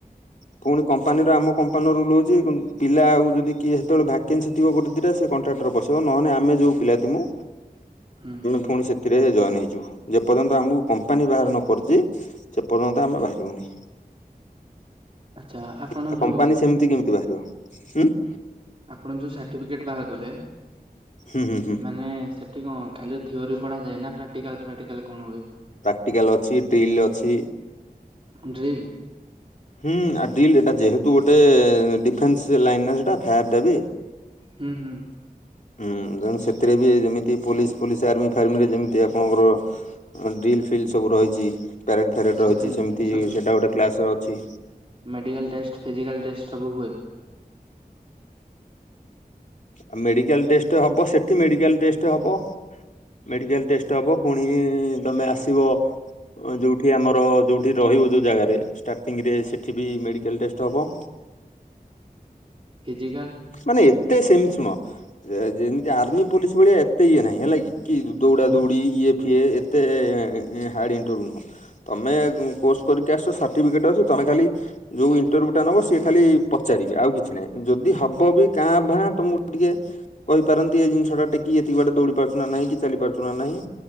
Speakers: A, on the left (about 50°); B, on the right (about 35°).
A: ପୁଣି କମ କମ୍ପାନୀର ଆମ କମ୍ପାନୀର ରୁୁଲ୍ ହେଉଛି ପିଲା ଆଉ ଯଦି କିଏ ହେତେବେଳେ ଭ୍ୟାକେନ୍ସି ଥିବ ଗୋଟେ ଦୁଇଟା ସେ କଣ୍ଟ୍ରାକଟର ପସେଇବ। ନହେନେ ଆମେ ଯେଉଁ ପିଲା ଥିମୁ
B: ହୁଁ
A: ଆମେ ପୁଣି ସେଥିରେ ଜଏନ୍ ହେଇଯିବ। ଯେ ପର୍ଯ୍ୟନ୍ତ ଆମକୁ କମ୍ପାନୀ ବାହାର ନକରିଚି ସେପର୍ଯ୍ୟନ୍ତ ଆମେ ବାହାରିବୁନି।
B: ଆଚ୍ଛା ଆପଣ
A: ଆ
B: ଯୋଉ
A: କମ୍ପାନୀ ସେମିତି କେମିତି ବାହାରିବ। ହୁଁ
B: ଆପଣ ଯୋଉ ସାର୍ଟିଫିକେଟ ବାହାର କଲେ,
A: ହୁଁ ହୁଁ ହୁଁ।
B: ମାନେ ଠି କ ଖାଲି ଥିଓରି ପଢ଼ାଯାଏ ନା ପ୍ରାକଟିକାଲ ଫ୍ରାକ୍ଟିକାଲ କ'ଣ ହୁଏ?
A: ପ୍ରାକ୍ଟିକାଲ ଅଛି ଡ୍ରିଲ ଅଛି।
B: ମୁଁ
A: ହୁଁ ଆ ଡିଲ୍ ଏଟା ଯେହେତୁ ଗୋଟେ ଡିଫେନ୍ସ ଲାଇନ ନା ସେଟା ଫାୟାର ଟା ବି।
B: ହୁଁ ହୁଁ।
A: ହୁଁ ତେଣୁ
B: ଆଚ୍ଛା
A: ସେଥିରେ ବି ଯେମିତି ପୋଲିସ ଫୋଲିସ ଆର୍ମି ଫାର୍ମିରେ ଯେମିତି ଆପଣଙ୍କର ଡ୍ରିଲ୍ ଫିଲ୍ ସବୁ ରହିଛି। ପ୍ୟାରେଡ଼୍ ଫ୍ୟାରେଡ଼୍
B: ସଫେଇ
A: ରହିଛି ସେମିତି ସେଇଟା ଗୋଟେ କ୍ଲାସ ଅଛି।
B: ମେଡ଼ିକାଲ ଟେଷ୍ଟ ଫିଜିକାଲ ଟେଷ୍ଟ ସବୁ ହୁଏ?
A: ଆଉ ମେଡିକାଲ ଟେଷ୍ଟ ହବ ସେଠି ମେଡିକାଲ ଟେଷ୍ଟ ହବ। ମେଡିକାଲ ଟେଷ୍ଟ ହବ ପୁଣି ତମେ ଆସିବ ଯେଉଁଠି ଆମର ଯେଉଁଠି ରହିବ ଯେଉଁ ଜାଗାରେ ଷ୍ଟାର୍ଟିଂରେ ସେଇଠି ବି ମେଡ଼ିକାଲ ଟେଷ୍ଟ ହେବ।
B: ଫିଜିକାଲ?
A: ମାନେ ଏତେ ସେମିତି ଶୁଣ ଯେମିତି ଆର୍ମି ପୋଲିସ ଭଳିଆ ଏତେ ଇଏ ନାହିଁ ହେଲା କିି। କି ଦୌଡ଼ା
B: ହୁଁ
A: ଦୌଡ଼ି ଇଏ ଫିଏ ଏତେ ହାର୍ଡ଼ ଇଣ୍ଟରଭୁ ନୁହଁ। ତମେ କୋର୍ସ କରିକି ଆସଛ ସାର୍ଟିଫିକେଟ୍ ଅଛି ତମେ ଖାଲି ଯୋଉ ଇଣ୍ଟରଭ୍ୟୁ ଟା ନବ ସିଏ ଖାଲି ପଚାରିବେ ଆଉ କିଛି ନାହିଁ। ଯଦି ହବ ବ ବି କାଁ ଭାଁ ତମକୁ ଟିକେ କହିପାରନ୍ତି ଏଇ ଜିନିଷ ଟା ଟେକି ଏତିକି ବାଟେ ଦୌଡି ପାରୁଛୁ ନାହିଁ କି ଚାଲି ପାରୁଛୁ ନାହିଁ।